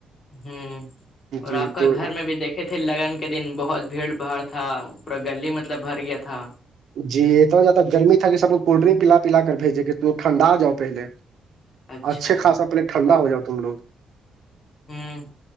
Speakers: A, on the left; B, on the right.
A: ہوں اور
B: جی
A: آپ کا
B: تو
A: گھر میں بھی دیکھ رکھ تھے لگن کے دن بہت بھیڑ بھاڑ تھا پورا گلی مطلب بھر گیا تھا
B: جی اتنا زیادہ گرمیی تھا کہ سب کولڈ ڈرنک پلا پیلا کر بھیجے کہ ھنڈا جاؤہلے
A: اچھا
B: اچھے خاصا پل ٹھنڈا ہو جاؤ تم لوگ
A: ہوں